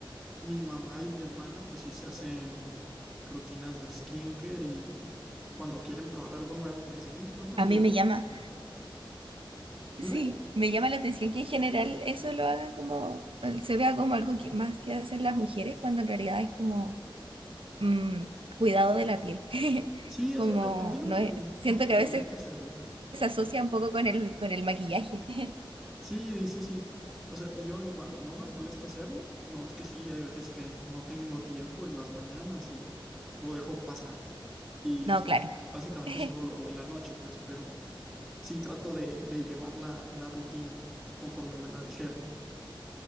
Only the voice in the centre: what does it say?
mi mamá y mi hermana, pues sí se hacen rutinas de skincare y cuando quieren probar algo nuevo me dicen, hey, pregúntale,
dime.
Sí,
o sea, a, a mí no
me,
no me
molesta
hacerlo.
Sí, sí, sí. O sea, yo igual, no me molesta hacerlo. No, es que sí, hay veces que no tengo tiempo en las mañanas y lo dejo pasar. Y
básicamente
solo lo hago en la noche, pues, pero sí trato de, de llevar la, la rutina conforme me la dijeron.